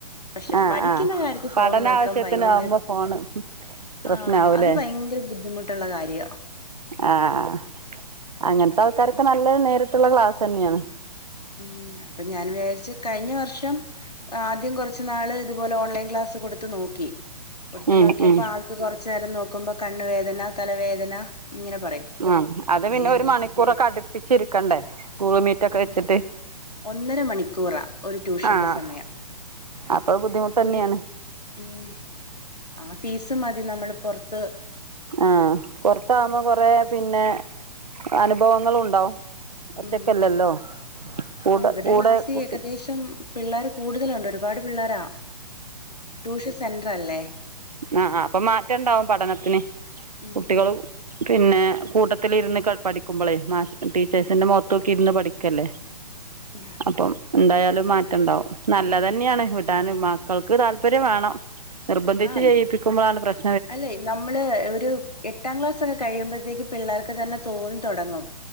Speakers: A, on the left; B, on the right.
A: പക്ഷെ
B: ആ
A: പഠിക്കുന്ന
B: ആ
A: കാര്യത്തിൽ
B: പഠന
A: ഫോൺ നോക്കാൻ
B: ആവശ്യത്തിനാവുമ്പോ
A: ഭയങ്കര
B: ഫോണ് പ്രശ്നാവൂലേ
A: ആ അത് ഭയങ്കര ബുദ്ധിമുട്ടുള്ള കാര്യ
B: ആഹ അങ്ങനത്തെ
A: അതാണ്
B: ആൾക്കാരൊക്കെ
A: പ്രശ്
B: നല്ല നേരിട്ടുള്ളൊരു ക്ലാസ് ന്നെയാണ്
A: ഉം അപ്പൊ ഞാൻ വിചാരിച് കഴിഞ്ഞ വർഷം ആദ്യ ആദ്യം കോറച്ച് നാള് ഇതുപോലെ ഓൺലൈൻ ക്ലാസ് കൊടുത്ത് നോക്കി കൊടുത്തു
B: ഉം
A: നോക്കിയപ്പോ
B: ഉം
A: ആൾക്ക് കൊറച്ച് നേരം നോക്കി ക്കുമ്പം കണ്ണ് വേദന തലവേദന ഇങ്ങനെ പറയും
B: ഉ അത് പിന്നെ
A: ഞാൻ
B: ഒരു
A: വിചാരിച്ചു
B: മണിക്കൂറൊക്കെ അടുപ്പിച്ചിരിക്കണ്ടേ ഗൂഗിൾ മീറ്റൊക്കെ
A: ആഹ്
B: വെച്ചിട്ട്
A: ഒന്നര മണിക്കൂറാ ഒരു ട്യൂഷന്റെ
B: ആഹ്
A: സമയം
B: അപ്പൊ ബുദ്ധിമുട്ട് തന്നെയാണ്
A: ഒര് ഉം ആ ഫീസ് മതി നമ്മള് പോറത്ത്
B: ആഹ പുറത്താകുമ്പോ കൊറെ പിന്നെ അനുഭവങ്ങളും ഉണ്ടാവും. ഒറ്റക്കല്ലല്ലോ?
A: ഉം
B: കൂടെ
A: ആ ഇവരുടെ
B: കൂടെ
A: ക്ലാസ്സിൽ
B: കുട്ടി
A: ഏകദേശം പിള്ളേർ കൂടുതലുണ്ട് ഒരുപാട് പിള്ളോരാ. ട്യൂഷൻ സെന്റർ അല്ലേ?
B: ആ ആ അപ്പൊ മാറ്റംണ്ടാവും പഠനത്തിന്
A: ഉം
B: കുട്ടികള് പിന്നെ കൂട്ടത്തിൽ ഇരുന്ന് ക പഠിക്കുമ്പോളേ മാഷ് ടീച്ചേഴ്സിന്റെ മുഖത്തൊക്കി ഇരുന്ന് പഠിക്കല്ലേ?
A: ഉം.
B: അപ്പം എന്തായാലും മാറ്റംണ്ടാവും നല്ലതന്നെയാണ്
A: ഉം
B: വിടാന് മക്കൾക്ക് താല്പര്യം വേണം. നിർബന്ധിച്ച്
A: ആ
B: ചെയ്യിപ്പിക്കുമ്പോഴാണ്
A: ഇത്
B: പ്രശ്
A: അല്ലെ നമ്മള് ഒരു എട്ടാം ക്ലാസ്ഒക്കെ കഴിയുമ്പോഴത്തേക്ക് പിള്ളേർക്ക് തന്നെ തോന്നി തുടങ്ങും.